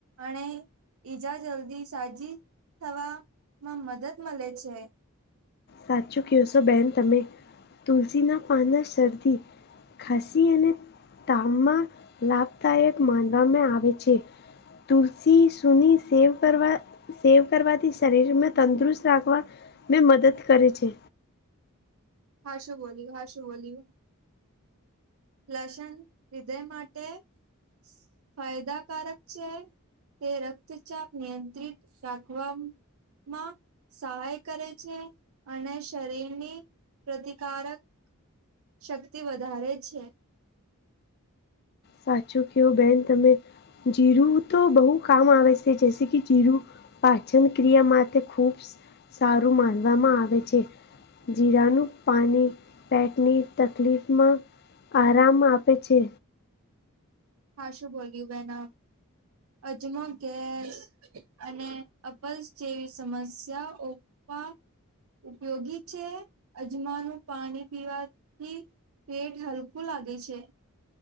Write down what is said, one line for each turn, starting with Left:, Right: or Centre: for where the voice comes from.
Right: અને ઈજા જલ્દી સાજી થવામાં મદદ મલે છે.
Left: સાચું કેહેશો બેન તમે તુલસીના પાન ને શરદી ખાસી અને તાવમાં લાભદાયક માનવામાં આવે છે. તુલસી સુની સેવ કરવા સેવ કરવાથી શરીરમાં તંદુરસ્ત રાખવા મે મદદ કરે છે.
Right: હા શું બોલી હા શું બોલી. લસણ હૃદય માટે સ ફાયદાકારક છે. તે રક્તચાપ નિયંત્રિત રાખવા માં સહાય કરે છે અને શરીરની પ્રતિકારક શક્તિ વધારે છે.
Left: સાચું કેવો બેન તમે જીરું તો બો કામ આવે છે. તે જૈસે કે જીરું પાચન ક્રિયા માટે ખૂબ સ સારું માનવામાં આવે છે. જીરાનું પાણી પેટની તકલીફમાં આરામ આપે છે.
Right: હા શું બોલીયું બેના અજમો ગેસ અને અપલ્સ જેવી સમસ્યાઓ માં ઉપયોગી છે અજમાનું પાણી પીવાથી પેટ હલકું લાગે છે.